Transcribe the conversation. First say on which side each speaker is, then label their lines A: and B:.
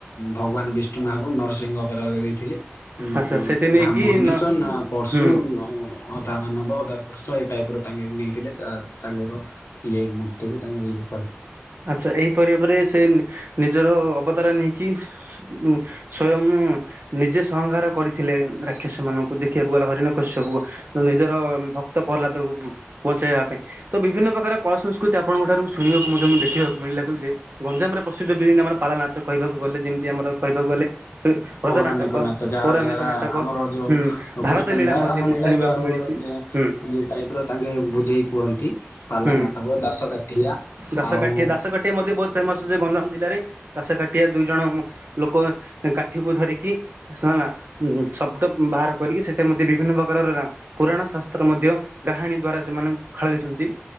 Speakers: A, on the left; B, on the right.
A: ଭଗବାନ ବିଷ୍ଣୁ ମହାପ୍ରଭୁ ନର ସିଂହ ଆବତାର ଦେଇଥିଲେ ଉଁ
B: ଆଚ୍ଛା
A: ଉଁ
B: ସେଇଥି ନେଇକି
A: ନା ମନୀଷ
B: ନ
A: ନା ପଶୁ
B: ହୁଁ
A: ନ ଅଧା ମାନବ ଅଧା ପର୍ଶୁ ଏଇ ଟାଇପର ତାଙ୍କେ ନେଇଥିଲେ ତାଙ୍କର ଇଏ ମୃତ୍ୟୁ କୁ ତାଙ୍କ ଇଏ କରିଥିଲେ।
B: ଆଚ୍ଛା ଏହିପରି ଭାବରେ ସେ ନିଜର ଅବତାର ନେଇକି ସ୍ଵୟଂ। ଉଁ ନିଜେ ସଂହାର କରିଥିଲେ ରାକ୍ଷସ ମାନଙ୍କୁ ଦେଖିବାକୁ ଗଲେ ହରିଣ କଶ୍ୟବକୁ ନିଜର। ଭକ୍ତ ପହ୍ଲାଦକୁ ବଞ୍ଚେଇବା ପାଇଁ ତ ବିଭିନ୍ନ ପ୍ରକାର କଳା ସଂସ୍କୃତି ଆପଣଙ୍କ ଠାରୁ ଶୁଣିବାକୁ ମଧ୍ୟ ମୁଁ ଦେଖି ଖିବାକୁ ମିଳିଲା ଯେ ଗଞ୍ଜାମରେ ପ୍ରସିଦ୍ଧ ବିଳୀ ନାମା ର ପାଲା ନାଚ କହିବାକୁ ଗଲେ ଯେମିତି ଆମର କହିବାକୁ ଗଲେ ରଜ
A: ପୌରାଣିକ
B: ନାଟକ
A: ନାଚ ଯାହା
B: ପୌରାଣିକ
A: ଦ୍ଵାରା
B: ନାଟକ
A: ଆମର ଯୋଉ
B: ହୁଁ ଭାରତ
A: କୃଷ୍ଟନୀଳା,
B: ଲୀଳା ମଧ୍ୟ
A: ରାମନୀଳା
B: ମୁଁ ଶୁଣିବାକୁ
A: ଯାହା ହଉ
B: ମିଳିଛି
A: ଯେ
B: ହୁଁ
A: ଏଇ ଟାଇପର ତାଙ୍କେ ବୁଝେଇ କୁହନ୍ତି ପାଲା
B: ହୁଁ
A: ନାଟକ, ଦାସ କାଠିଆ
B: ଦାସକାଠିଆ,
A: ଆଉ
B: ଦାସକାଠିଆ ମଧ୍ୟ ବହୁତ ଫେମସ ଗଞ୍ଜାମ ଜିଲ୍ଲାରେ ଘାସ କାଟିଆ ଦୁଇ ଜଣ ଲୋକ କାଠିକୁ ଧରିକି ହେଲା ଶବ୍ଦ ବାହାର କରିକି ସେଇଟା ମଧ୍ୟ ବିଭିନ୍ନ ପ୍ରକାରର ପୁରାଣ ଶାସ୍ତ୍ର ମଧ୍ୟ ଗାହାଣୀ ଦ୍ଵାରା ସେମାନେ ଖେଳେଇଛନ୍ତି